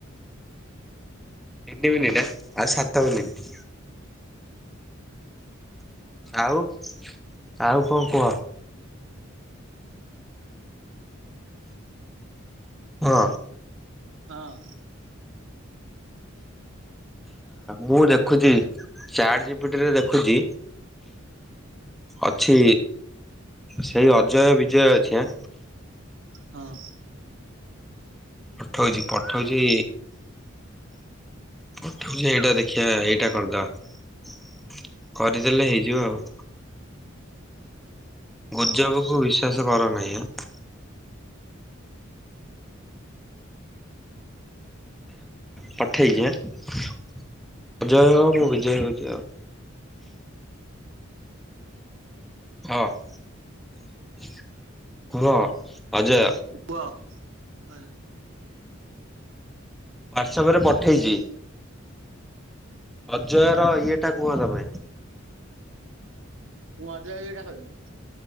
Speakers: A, in the centre; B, on the right.
A: ତିନି ମିନିଟ୍ ଏଇଟ ଆଉ ସାତ ମିନିଟ୍ ଆଉ ଆଉ କଣ କୁହ ହଁ
B: ହଁ
A: ମୁଁ ଦେଖୁଛି ଚାଟ୍ ଜିପିଟରେ ଦେଖୁଛି ଅଛି ସେଇ ଅଜୟ ବିଜୟ ଅଛି ଆଁ
B: ହଁ
A: ପଠଉଛି ପଠଉଛି ପଠଉଛି ଏଇଟା ଦେଖିବା ଏଇଟା କରିଦବା କରିଦେଲେ ହେଇଯିବ ଆଉ ଗୁଜବକୁ ବିଶ୍ୱାସ କର ନାହିଁ ଆ ପଠେଇଛିି ହାଁ, ତୁ ଅଜୟ ହ ମୁଁ ବିଜୟ ହେଉଛି ଆଉ। ହଁ କୁହ ଅଜୟ।
B: କୁହ ଆ
A: ହ୍ୱାଟ୍ସଆପ୍ ରେ ପଠେଇଛି। ଅଜୟ ର ଇଏ ଟା କୁହ ତମେ।
B: ମୁଁ ଅଜୟ ଇଏଟା କହିବି।